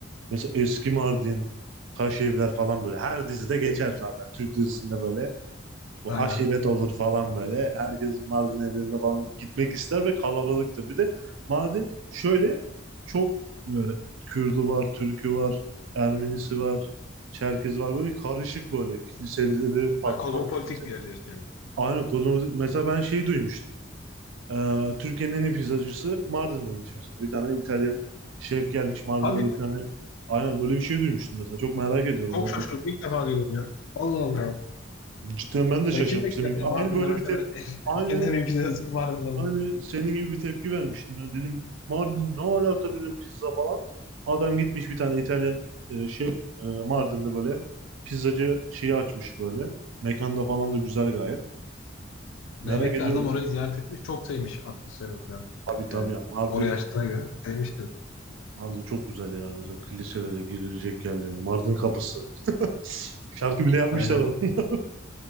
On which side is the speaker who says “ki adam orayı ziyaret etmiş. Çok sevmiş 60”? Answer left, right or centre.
Left